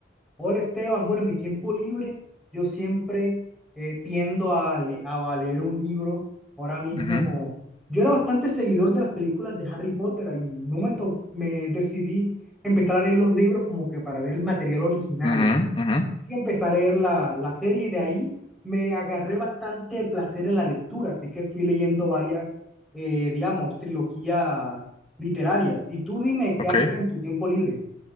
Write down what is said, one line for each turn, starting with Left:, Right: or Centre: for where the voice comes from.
Centre: Hola Esteban, bueno, en mi tiempo libre yo siempre eh, tiendo a, le- a- a leer un libro. Ahora mismo,
Left: Ujú,
Centre: yo era bastante seguidor de las películas de Harry Potter y en un momento me decidí empezar a leer los libros como que para ver el material original.
Left: ujú, ujú,
Centre: Así que empecé a leer la, la serie y de ahí me agarré bastante placer en la lectura, así que fui leyendo varias, eh, digamos, trilogías literarias. Y tú dime, ¿qué
Left: Ok.
Centre: haces en tu tiempo libre?